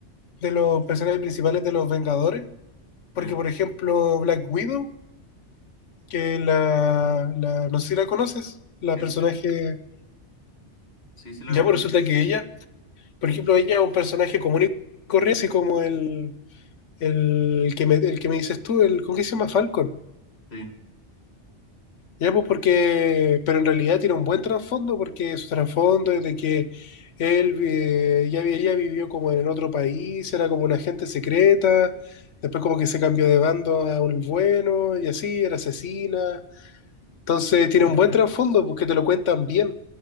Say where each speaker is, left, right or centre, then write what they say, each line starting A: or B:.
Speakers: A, on the left (about 85°); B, on the left (about 60°).
A: de los personajes principales de los Vengadores, porque
B: Sí,
A: por ejemplo Black Widow, que la, la no sé si la conoces, la
B: sí,
A: personaje,
B: sí, sí, sí lo
A: ya
B: conozco.
A: pues resulta que ella, por ejemplo, ella es un personaje común y corriente, así como el, El que me, el que me dices tú, el, ¿cómo que se llama Falcon?
B: sí.
A: Ya, pues porque, pero en realidad tiene un buen trasfondo, porque su trasfondo es de que él eh, ya, vi- ella vivió como en otro país, era como una agente secreta, después como que se cambió de bando a un bueno y así, era asesina. Entonces tiene un buen trasfondo, porque te lo cuentan bien.